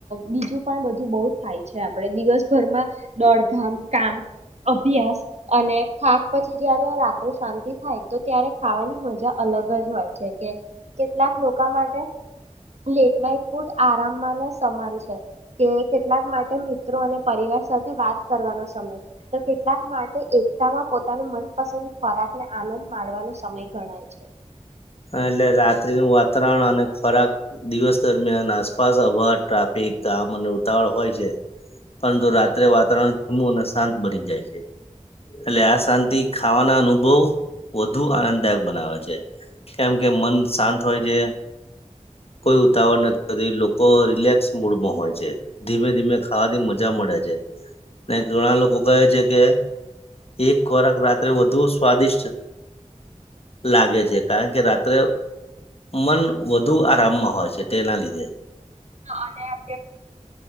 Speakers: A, on the right (about 60°); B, on the left (about 50°).
A: બીજું પણ બધું બઉ થાય છે આપણે દિવસભરમાં દોડધામ, કામ, અભ્યાસ. અને થાક પછી જયારે રાત્રે શાંતિ થાય, તો ત્યારે ખાવાની મજા અલગ જ હોય છે કે કેટલાક લોકા માટે લેટ નાઈટ ફૂડ આરામમાં ને સમાન છે કે કેટલાક માટે મિત્રો અને પરિવાર સાથે વાત કરવાનો સમય તો કેટલાક માટે એકતામાં પોતાનું મનપસંદ ખોરાકને આનંદ માણવાનો સમય ગણાય છે.
B: હાં એટલે રાત્રિનુ વાતાવરણ અને ખોરાક દિવસ દરમિયાન આસપાસ અવા ટ્રાફિક ગામ અને ઉતાવળ હોય છે, પરંતુ રાત્રે વાતાવરણ ધીમું અને શાંત બની જાય છે એટલે આ શાંતિ ખાવાના અનુભવ વધુ આનંદદાયક બનાવે છે. કેમ કે મન શાંત હોય છે, કોઈ ઉતાવળ નથી હોતી, લોકો રિલેક્સ મૂડમાં હોય છે, ધીમે ધીમે ખાવાથી મજા મળે છે ને ઘણા લોકો કહે છે કે એક ખોરાક રાત્રે વધુ સ્વાદિષ્ટ લાગે છે. કારણ કે રાત્રે મન વધુ આરામમાં હોય છે તેના લીધે
A: અને અ